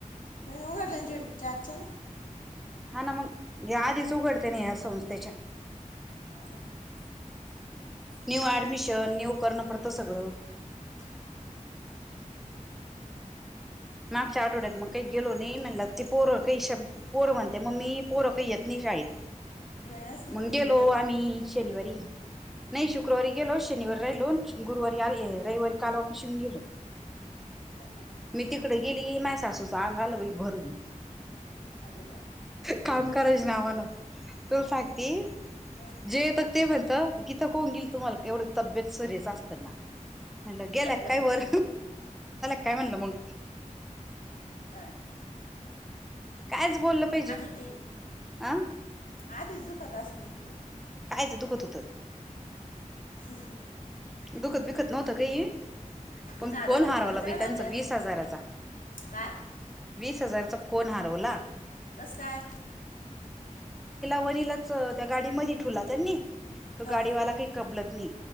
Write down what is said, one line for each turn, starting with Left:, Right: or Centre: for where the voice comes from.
Left: नाही ओ उघडल्या झेडपी च्या अचानक
Centre: हा ना मग या आधीच उघडते ना या संस्थेच्या
Left: ह
Centre: न्यू ऍडमिशन न्यू करणं पडत सगळं मागच्या आठवड्यात मग काही गेलो नाही म्हणला ती पोर काही पोरं म्हणते मम्मी पोरं काही येत नाय शाळेत.
Left: नाही असं
Centre: मग गेलो
Left: येत बी
Centre: आम्ही
Left: नाही
Centre: शनिवारी नाही शुक्रवारी गेलो शनिवारी राहिलो गुरुवारी रविवारी काल ऑफिस हुन गेलो
Left: हां हां
Centre: मी तिकडे गेली माझ्या सासूच आंग आल बाई भरून
Left: अरे देवा
Centre: काम करायच्या
Left: काय
Centre: नावानं
Left: करायच
Centre: तुला सांगते
Left: आम्हाला
Centre: जे येतात ते म्हणत गीता कोऊन गेली तुम्हाला एवढं घरीच असता मला वाटलं गेल्या
Left: अरे
Centre: की
Left: देवा
Centre: काय वर काय म्हणलं मग
Left: बर
Centre: कायच बोललं पाहिजे
Left: काही
Centre: अं
Left: आधीच दुखत असंणार की
Centre: पायच दुखत होत
Left: ह
Centre: दुखत बिखत नव्हतं काही पण
Left: झाडाला
Centre: फोन हारवला
Left: तर बरं जायला
Centre: बाई त्यांचा
Left: होत्या
Centre: वीस हजाराचा
Left: काय?
Centre: वीस हजारचा फोन हारवला.
Left: कसं काय?
Centre: वनीलाच त्या गाडी मध्ये ठेवला त्यांनी तो
Left: हां
Centre: गाडीवाला
Left: हां
Centre: काही कपलत नाही.